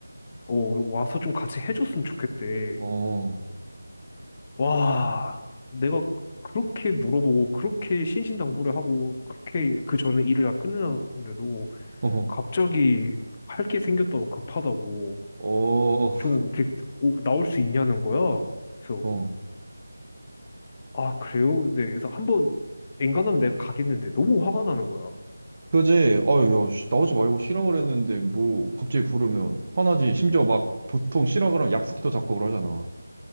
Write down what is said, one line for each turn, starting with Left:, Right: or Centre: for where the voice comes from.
Left: 어 와서 좀 같이 해줬으면 좋겠대.
Right: 어,
Left: 와, 내가 그렇게 물어보고, 그렇게 신신당부를 하고, 그렇게 그 전에 일을 다 끝내놨는데도,
Right: 어,
Left: 갑자기 할 게 생겼다고 급하다고,
Right: 어,
Left: 좀 이렇게 오- 나올 수 있냐는 거야. 그래서,
Right: 어.
Left: 아, 그래요? 네, 그래서 한번 엔간하면 내가 가겠는데, 너무 화가 나는 거야.
Right: 그지? 아유, 야, 씨, 나오지 말고 쉬라 그랬는데, 뭐, 갑자기 부르면 화나지. 심지어 막, 보통 쉬라 그러면 약속도 잡고 그러잖아.